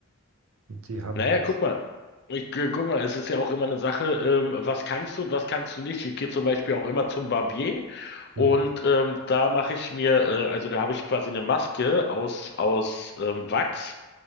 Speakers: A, on the right; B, on the left.
A: Die haben
B: Naja,
A: Angst.
B: guck mal. Ich, äh, guck mal, es ist ja auch immer eine Sache, ähm, was kannst du und was kannst du nicht. Ich gehe zum Beispiel auch immer zum Barbier
A: Mhm.
B: und ähm, da mache ich mir, äh, also da habe ich quasi eine Maske aus, aus ähm, Wachs